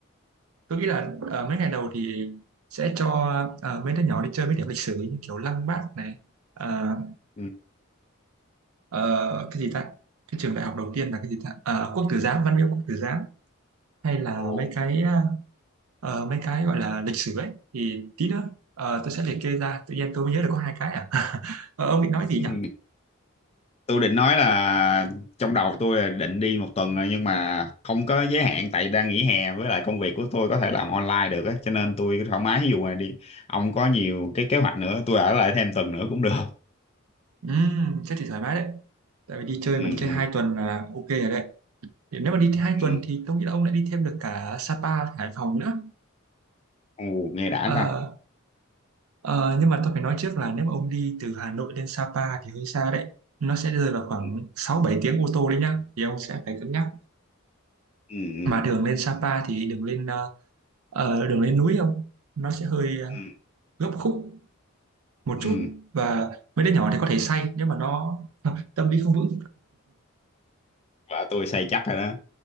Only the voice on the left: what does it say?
Ừ.
Ồ,
Ừ.
Tôi định nói là trong đầu tôi là định đi một tuần rồi nhưng mà không có giới hạn tại đang nghỉ hè với lại công việc của tôi có thể làm online được á cho nên tôi thoải mái ví dụ mà đi ông có nhiều cái kế hoạch nữa tôi ở lại thêm tuần nữa cũng được.
Ừ,
ừ,
ừ.
Ồ, nghe đã
ta.
Ừ,
ừ, ừ,
ừ.
ừ.
Vợ tôi say chắc rồi đó.